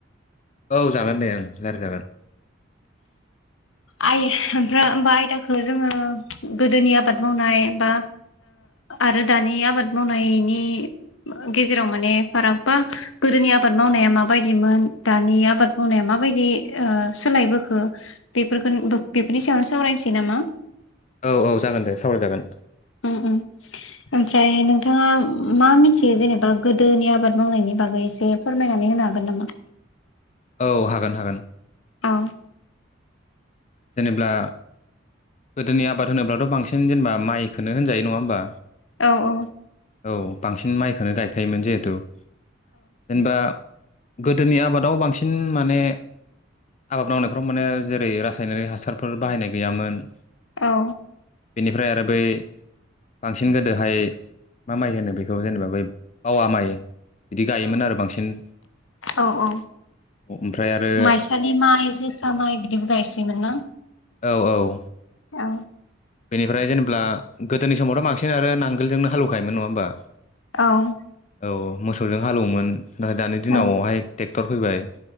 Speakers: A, on the left; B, on the left.
A: औ जागोन दे ओं सारि जागोन।
B: आइ ओमफ्राय आइ आयदाखौ जो गोदोनि आबाद मावनाय बा आरो दानि आबाद मावनायनि गेजेराव माने फाराग बा गोदोनि आबाद मावनाया माबायदिमोन दानि आबाद आबाद मावनाया माबायदि ओ सोलायबोखो बेफोरखौ बेफोरनि सायावनो सावरायनोसै नामा?
A: औ औ जागोन दे सावराय जागोन।
B: उम उम ओमफ्राय नोंथाङा मा मिथियो जेनेबा गोदोनि आबाद मावनायनि बागै एसे फोरमायनानै हो हागोन नामा?
A: औ हागोन हागोन।
B: औ
A: जेनेब्ला गोदोनि आबाद होनोब्लाथ' बांसिन जेनेबा माइखौनो होनजायो नङा होमबा?
B: औ औ
A: औ बांसिन माइखौनो गायखायोमोन जिहेथु जेनेबा गोदोनि आबादाव बांसिन माने आबाद मावनायफ्राव माने जेरै रासायनारिक हासारफोर बाहायनाय गैयामोन।
B: औ
A: बेनिफ्राय आरो बै बांसिन गोदोहाय मा माइ होनो बेखौ जेनेबा बै बावा माइ बिदि गायोमोन
B: औ
A: आरो बांसिन
B: औ औ
A: ओमफ्राय आरो
B: माइसालि माइ जोसा माइ बिदिबो गायसोयोमोन ना?
A: औ औ
B: औ
A: बेनिफ्राय जेनेबा गोदोनि समावथ' बांसिन आरो नांगोलजोंनो हालेवखायोमोन नङा होमबा?
B: औ
A: औ मोसौजों हालौवोमोन नाथाय दानि दिनावहाय
B: औ
A: ट्रेक्टर फैबाय।